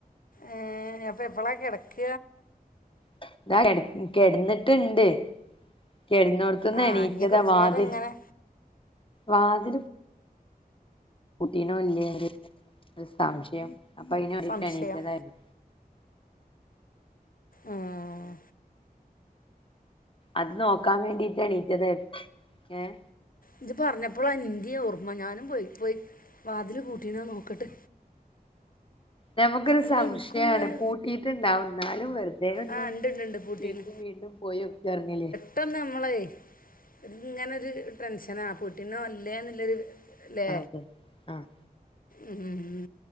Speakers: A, on the left; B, on the left.
A: ഏഹ് അപ്പൊ എപ്പളാ കെടക്ക.
B: <unintelligible> കെട്നിട്ട്ണ്ട് കിടന്നോട. തന്ന്ണീറ്റതാ
A: ആ ഇനി കുറച്ചു
B: വാതിൽ
A: നേരം ഇങ്ങനെ
B: വാതല്. കുട്ടീനോ ഒര് ഒരു സംശയം അപ്പ അയിനാഡിറ്റ്
A: സംശയം
B: എണീറ്റതായിരുന്നു.
A: ആഹ്.
B: അത് നോക്കാൻ വേണ്ടിട്ടണീറ്റത് ഏഹ്.
A: ഇജ് പറഞ്ഞപ്പളാ ഇന്റിം ഓർമ്മ ഞാനും പോയി പോയി വാതിൽ പുട്ടീനോ നോക്കട്ടെ.
B: നമുക്കൊരു
A: അല്ല
B: സംശയാണ്
A: എനിക്കും ഇങ്ങനെ
B: പൂട്ടീറ്റണ്ടാവും വെറ ദേന്ന്
A: ആ ഉണ്ട് ഉണ്ട് ഉണ്ട് പൂട്ടീന്
B: വീണ്ടും വീണ്ടും പോയൊക്കറഞ്ഞില്ലെ.
A: പെട്ടെന്ന് നമ്മളെ ഇ ഇങ്ങനൊരു ടെൻഷനാ പട്ടീന വല്ലേ എന്നുള്ളൊരു ല്ലേ
B: അതെ ആഹ്
A: ഉ ഉ ഉ